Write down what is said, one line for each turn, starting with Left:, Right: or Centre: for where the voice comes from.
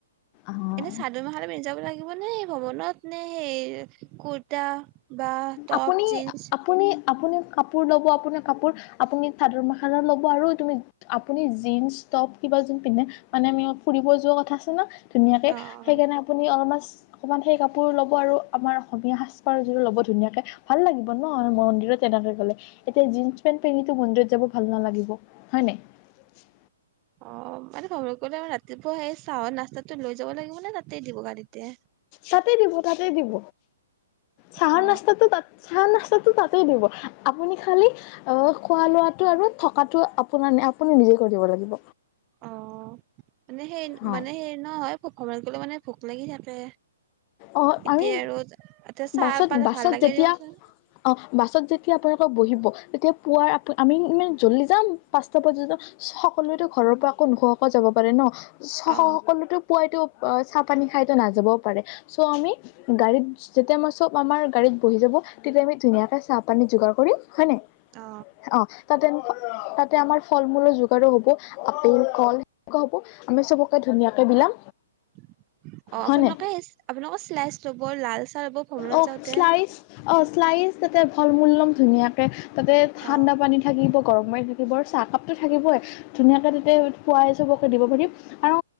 Left: অহ
Right: এনে চাদৰ মেখেলা পিন্ধি যাব লাগিব নে ভ্ৰমনত নে কুৰ্তা বা টপ
Left: আপুনি
Right: জিনস
Left: আপুনি আপুনি কাপোৰ ল'ব, আপোনাৰ কাপোৰ, আপুনি চাদৰ মাখানো ল'ব আৰু তুমি আপুনি জিন্স টপ কিবা যোন পিন্ধে মানে আমি ফুৰিব যোৱা কথা আছে ন ধুনীয়াকে
Right: অ অ
Left: সেইকাৰণে আপুনি অলমষ্ট অকমান সেই কাপোৰ ল'ব, আৰু আমাৰ অসমীয়া সাজ পাৰযোৰো ল'ব ধুনীয়াকে ভাল লাগিব ন মন্দিৰত তেনেকে গ'লে এতিয়া জিন্স পেণ্ট পিন্ধিটো মন্দিৰত যাব ভাল নালাগিব। হয় নাই
Right: অ মানে সময় কৰিলে ৰা তি পুৱা সেই চাহৰ নাস্তাটো টো লৈ যাব লাগিব নে তাতেই দিব গাড়ীতে
Left: তাতে দিব, তাতে দিব। চাহৰ
Right: অ
Left: নাস্তাটো তাত চাহ নাস্তাটো তাতেই দিব। আপুনি খালি অ খোৱা লোৱাতটো আৰু থকাতটো আপোনাৰ ন আপুনি নিজে কৰি দিব লাগিব।
Right: অ মানে সেই
Left: অ
Right: মানে হেৰি নহয় ভ্ৰমণত গলে মানে ভোক লাগি থাকে
Left: অ,
Right: এতিয়া
Left: আমি
Right: আৰু এতিয়া চাহ
Left: বাছত,
Right: পালে
Left: বাছত
Right: ভাল লাগে
Left: যেতিয়া,
Right: দিয়কচোন
Left: অ, বাছত যেতিয়া আপোনালোকৰ বহিব, তেতিয়া পুৱাৰ আমি ইানে জলদি যাম, পাঁচটা পৰ্যন্ত সকলোৱেতো ঘৰৰ পৰা আকৌ নোখোৱাকে, যাব পাৰে ন। সকলোতো
Right: অ
Left: পুৱাই চাহ পানী নাযাবও পাৰে, চ' আমি গাড়ীত যেতিয়া, মই চব আমাৰ, গাড়ীত বহি যাব, তেতিয়া আমি ধুনীয়াকৈ চাহপানী যোগাৰ কৰি হয় নাই?
Right: অ
Left: অ তাতে তাতে আমাৰ ফল মূলৰ যোগাৰো হব আপেল কল সেনেকুৱা হ'ব আমি চবকে ধুনীয়াকে বিলাম
Right: উম অ, আপোনালোকে,
Left: হয় নাই
Right: আপোনালোকৰ চলাইচ ল'ব, লাল চাহ ল'ব, ভ্ৰমনত
Left: অ
Right: যাওঁতে।
Left: শ্লাইচ অ শ্লাইচ তাতে ফল, মূল লম ধুনীয়াকে। তাতে ঠাণ্ডা
Right: অ
Left: পানী থাকিব গৰম মাৰ থাকিব আৰু চাহকাপটো থাকিবই ধুনীয়াকে তাতে পুৱাই চবকে দিব পাৰিম আৰু